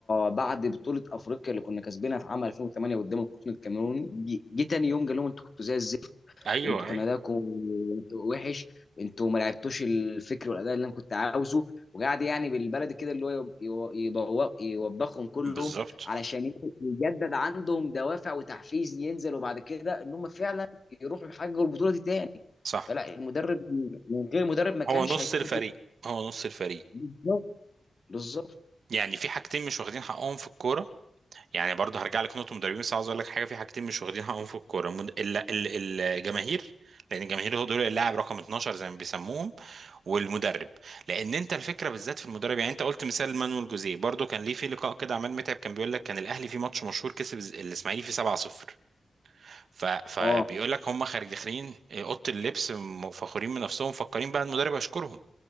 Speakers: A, on the left (about 45°); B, on the right (about 65°).
A: بعد بطوله افريقيا اللي كنا كاسبينها في عام 2008 قدام القطن الكاميروني جه جه تاني يوم قال لهم انتوا كنتوا زي الزفت
B: ايوه
A: انتوا
B: ايوه
A: كان اداؤكم وحش انتوا ما لعبتوش الفكر والاداء اللي انا كنت عاوزه وقعد يعني بالبلدي كده اللي هو يب- يو- يبو- يوبخهم كلهم
B: بالظبط
A: علشان يجدد عندهم دوافع وتحفيز ينزلوا بعد كده ان هم فعلا يروحوا يحققوا البطوله دي تاني
B: صح
A: فلا المدرب من غير المدرب ما كانش
B: هو نص
A: هيكون
B: الفريق
A: في
B: هو نص الفريق
A: بالظبط بالظبط
B: يعني في حاجتين مش واخدين حقهم في الكوره يعني برضه هرجع لك نقطه مدربين بس عاوز اقول لك حاجه في حاجتين مش واخدين حقهم في الكوره مد... ال... ال... الجماهير لان الجماهير هو دول اللاعب رقم 12 زي ما بيسموهم والمدرب لان انت الفكره بالذات في المدرب يعني انت قلت مثال مانويل جوزيه برضه كان ليه في لقاء كده عماد متعب كان بيقول لك كان الاهلي في ماتش مشهور كسب الز- الاسماعيلي فيه 7-0 ف... فبيقول
A: اه
B: لك هم خارج داخلين اوضه اللبس م- فخورين من نفسهم مفكرين بقى المدرب هيشكرهم